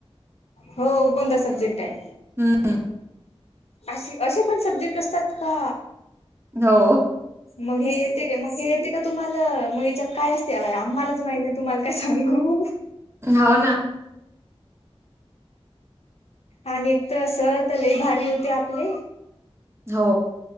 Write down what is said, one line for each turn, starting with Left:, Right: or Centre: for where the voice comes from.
Left: हो कोणता सब्जेक्ट टाय.
Right: हम्म.
Left: अशे असे पण सब्जेक्ट असतात का.
Right: हो
Left: मग हे येते का मग हे. तिथ तुम्हाला मग हेच्यात काय असते बा <unintelligible> आम्हालाच माहित तुम्हाला काय सांगू.
Right: हव ना.
Left: आणि एक तर अस तर लई भारी होते आपले.
Right: हो